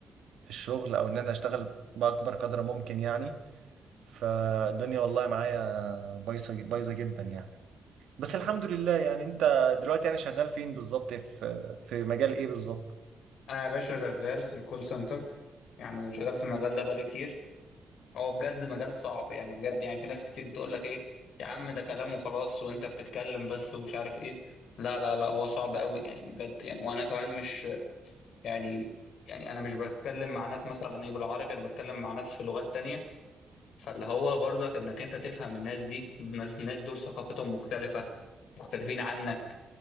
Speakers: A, on the right; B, on the left.
A: في الشغل او ان انا اشتغل باكبر قدر ممكن يعني فالدنيا والله معايا بايظه بايظه جدا يعني بس الحمد لله يعني انت دلوقتي يعني شغال فين بالظبط في في مجال ايه بالظبط
B: انا يا باشا شغال في الكول سنتر يعني شغال في المجال ده بقالي كتير هو بجد مجال صعب يعني بجد يعني في ناس كتير بتقول لك ايه يا عم ده كلام وخلاص وانت بتتكلم بس ومش عارف ايه لا لا لا هو صعب قوي يعني بجد يعني وانا كمان مش يعني يعني انا مش بتكلم مع ناس مثلا ايه بالعربي انا بتكلم مع ناس في لغات تانية فاللي هو برضك انك انت تفهم الناس دي الناس الناس دول ثقافتهم مختلفة مختلفين عنك